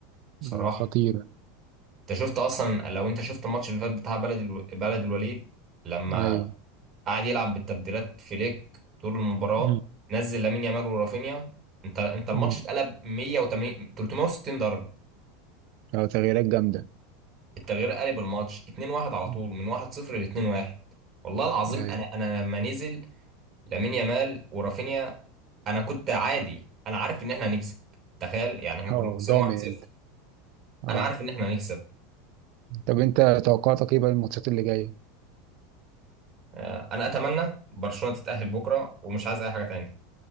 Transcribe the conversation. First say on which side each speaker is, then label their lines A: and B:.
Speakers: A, on the right (about 35°); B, on the right (about 60°).
A: بصراحة
B: مم. خطير
A: انت شفت اصلا لو انت شفت الماتش اللي فات بتاع بلد الو... بلد الوليد لما
B: ايوه
A: قعد يلعب بالتبديلات فليك طول المباراه
B: مم.
A: نزل لامين يامال ورافينيا انت انت الماتش
B: مم.
A: اتقلب 180 360 درجه
B: اه تغييرات جامدة
A: التغيير قلب الماتش 2-1 على
B: مم.
A: طول من 1-0 ل 2-1 والله العظيم
B: ايوه
A: انا انا لما نزل لامين يامال ورافينيا انا كنت عادي انا عارف ان احنا هنكسب تخيل يعني احنا كنا
B: اه
A: خسرانين
B: ضامن
A: 1-0
B: انت اه
A: انا عارف ان احنا هنكسب
B: طب انت توقعاتك ايه بقى الماتشات اللي جاية؟
A: آه، انا اتمنى برشلونه تتاهل بكره ومش عايز اي حاجه تانية